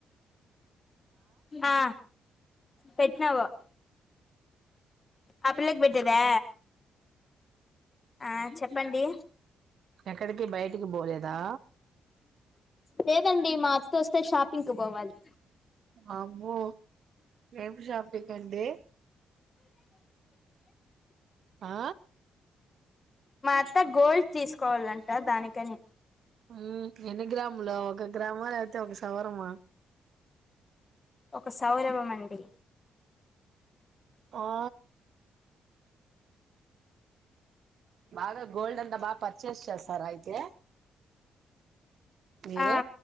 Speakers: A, on the left (about 25°); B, on the right (about 60°).
A: ఆ పెట్టినావు ఆ పిల్లకి పెట్టేదా ఆ చెప్పండి
B: ఎక్కడికి బైటికి పోలేదా
A: లేదండి మా అత్తోస్తే షాపింగ్ కు పోవాలి
B: వామ్మో ఏమి షాపింగ్ కండి ఆ
A: మా అత్త గోల్డ్ తీసుకోవాలంట దానికని
B: మ్ ఎన్ని గ్రాములో ఒక గ్రామా లేకపోతే ఒక సవరమా
A: ఒక సవరవమండి
B: ఆ బాగా గోల్డ్ అంతా బా పర్చేస్ చేస్తారా అయితే మీరు
A: ఆ